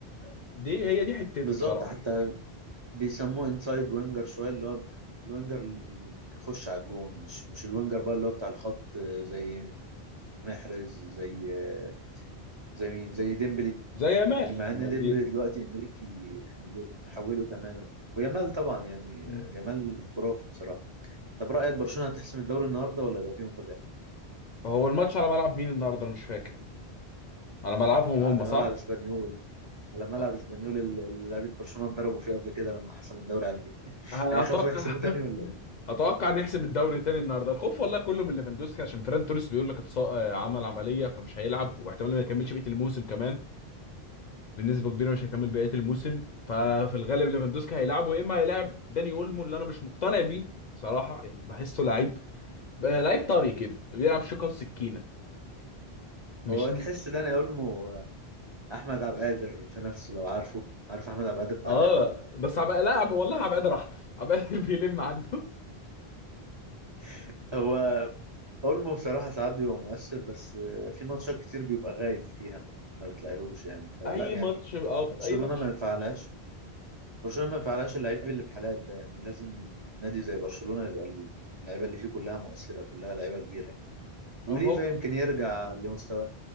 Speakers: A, on the left (about 55°); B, on the right (about 40°).
A: دي هي دي حتته
B: بالظبط
A: بصراحه
B: حتى بيسموه انسايد وينجر شويه اللي هو الوينجر اللي بي- بيخش على الجون مش مش الوينجر بقى اللي هو بتاع الخط آه، زي محرز زي آه، زي مين زي ديمبلي
A: زي يامال
B: مع
A: ما-
B: ان ديمبلي
A: ي-
B: دلوقتي انريكي حوله تماما ويامال طبعا يعني
A: مم.
B: يامال خرافي بصراحه طب رايك برشلونه هتحسم الدوري النهارده ولا يبقى فيه مفاجاه
A: هو الماتش على ملعب مين النهارده انا مش فاكر على ملعبهم
B: على
A: هم صح
B: ملعب اسبانيول على ملعب
A: آه.
B: اسبانيول اللي اللي لعيبه برشلونه اتضربوا فيه قبل كده لما حسموا الدوري عليه
A: أنا
B: هيخافوا
A: اتوقع
B: يحسموه
A: <laughs>
B: تاني ولا ايه
A: اتوقع نحسم الدوري تاني النهارده الخوف والله كله من ليفاندوسكي عشان فيران توريس بيقول لك اتص... آه، عمل عمليه فمش هيلعب واحتمال ما يكملش بقيه الموسم كمان بنسبه كبيره مش هيكمل بقيه الموسم ففي الغالب ليفاندوسكي هيلعبه يا اما هيلاعب داني اولمو اللي انا مش مقتنع بيه صراحه يعني بحسه لعيب بقى لعيب طري كده بيلعب شوكه وسكينه مش
B: هو تحس داني اولمو احمد عبد القادر في نفسه لو عارفه عارف احمد عبد القادر بتاع
A: اه
B: الاهلي طبعا
A: بس هبقى لا هبقى- والله هبقى قادر احرف هبقى <laughs> قادر بيلم عنه
B: <laughs> هو اولمو بصراحه ساعات بيبقى مؤثر بس آه، في ماتشات كتير بيبقى غايب فيها ما بتلاقيهوش يعني فلا
A: اي
B: يعني
A: ماتش اه
B: برشلونه
A: اي ماتش
B: ما ينفعلهاش برشلونه ما ينفعلهاش اللعيب اللي بحالات ده يعني لازم نادي زي برشلونه يبقى اللعيبه اللي فيه كلها مؤثره كلها لعيبه كبيره يعني. وليفا
A: اهو
B: يمكن يرجع لمستواه